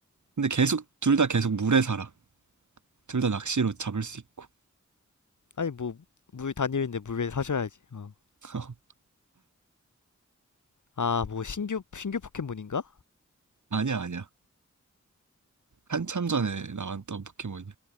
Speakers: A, on the right (about 80°); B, on the left (about 80°).
A: 근데 계속 둘 다 계속 물에 살아. 둘 다 낚시로 잡을 수 있고.
B: 아니 뭐 물 다니는데 물에 사셔야지. 어.
A: <laughs>
B: 아, 뭐 신규 신규 포켓몬인가?
A: 아니야, 아니야. 한참 전에 나왔던 포켓몬이야.